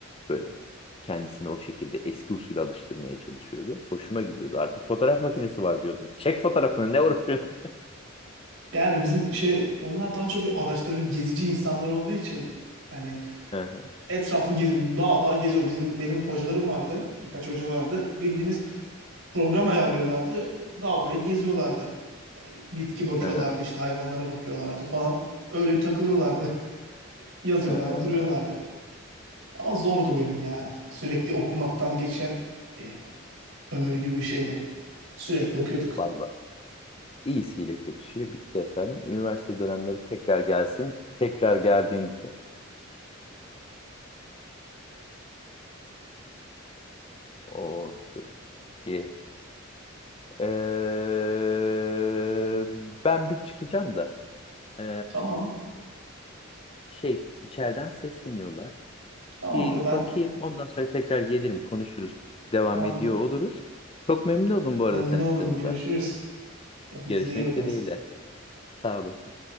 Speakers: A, on the left; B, on the right.
A: böyle kendisini o şekilde eski usule alıştırmaya çalışıyordu. Hoşuma gidiyordu. Artık fotoğraf makinesi var diyordum. Çek fotoğrafını ne uğraşıyorsun?
B: Yani bizim şey onlar daha çok bir araştırıcı, gezici insanlar olduğu için hani
A: <laughs> Hı hı,
B: Etrafı gez, dağ dağ geziyordu. Bizim benim hocalarım vardı. Birkaç hoca vardı. Bildiğiniz program ayarlıyorlardı. Dağ bayır geziyorlardı. Hani bitki bakıyorlardı,
A: hı
B: işte hayvanlara bakıyorlardı falan. Öyle takılıyorlardı. <laughs> Yazıyorlar,
A: hı.
B: duruyorlardı. Ama zordu bölüm ya. Sürekli okumaktan geçen bir ömür gibi bir şeydi. Sürekli okuyorduk.
A: Vallahi İyisiyle kötüsüyle bitti efendim. Üniversite dönemleri tekrar gelsin. Tekrar geldiğinde de o ki Ee, ben bir çıkacağım da Ee,
B: Tamam.
A: şey içeriden sesleniyorlar.
B: Tamamdır
A: Bir
B: ben.
A: bakayım ondan sonra tekrar gelirim konuşuruz. Devam
B: Tamamdır.
A: ediyor oluruz. Çok memnun oldum bu arada
B: Memnun
A: tanıştığımıza.
B: oldum. Görüşürüz. Kendinize
A: Görüşmek
B: iyi bakın.
A: dileğiyle. Sağ olasın.